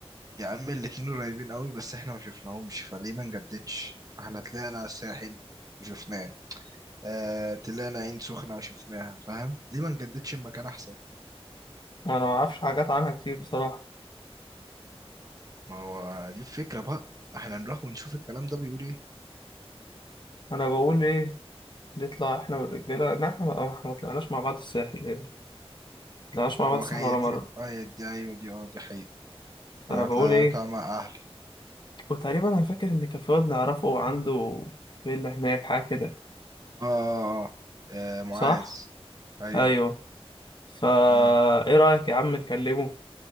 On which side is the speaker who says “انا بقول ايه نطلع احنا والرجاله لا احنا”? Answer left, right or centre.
Left